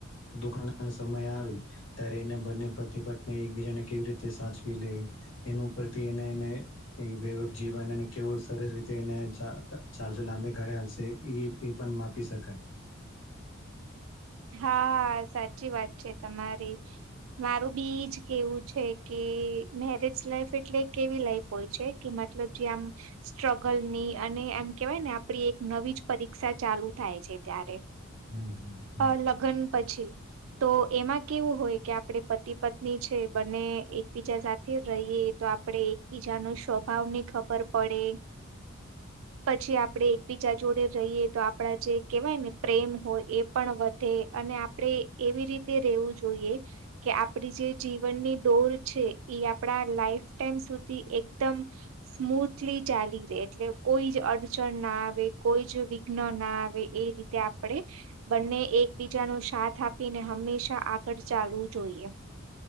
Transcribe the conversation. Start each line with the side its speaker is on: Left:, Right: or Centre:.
Left: દુકાના સમય આવે ત્યારે એને બંને પ્રતિપત એકબીજાને કેવી રીતે સાચવી લે એના ઉપરથી એને એને વૈવક જીવન એને કેવું સરસ રીતે એને ચા ચાલશે લાંબી ગાળે હાલશે એ એ પણ માપી શકાય.
Right: હા સાચી વાત છે તમારે મારું બીજ કેવું છે કે મેરેજ લાઈફ એટલે કેવી લાઈફ હોય છે કે મતલબ જે આમ સ્ટ્રગલની અને એમ કેવાય ને આપડી એક નવી જ પરીક્ષા ચાલુ થાય છે ત્યારે.
Left: હમ્મ.
Right: અ લગ્ન પછી. તો એમાં કેવું હોય કે આપડે પતિ પત્ની છે બન્ને એકબીજા સાથે રહીએ તો આપડે એકબીજા ન સ્વભાવ ની ખબર પડે પછી આપડે એકબીજા જોડે રહીએ તો આપડા જે કેહેવાય ને પ્રેમ હોય એ પણ વધે અને આપણે એવી રીતે રહેેવું જોઈએ કે આપડી જે જીવનની ડોર છે ઇ આપણા લાઈફ ટાઈમ સુધી એકદમ સ્મૂથલી ચાલી રે એટલે કોઈ જ અડચણ ના આવે કોઈ જ વિઘ્ન ના આવે એ રીતે આપણે બંને એકબીજાનો સાથ આપીને હંમેશા આગળ ચાલવું જોઈએ.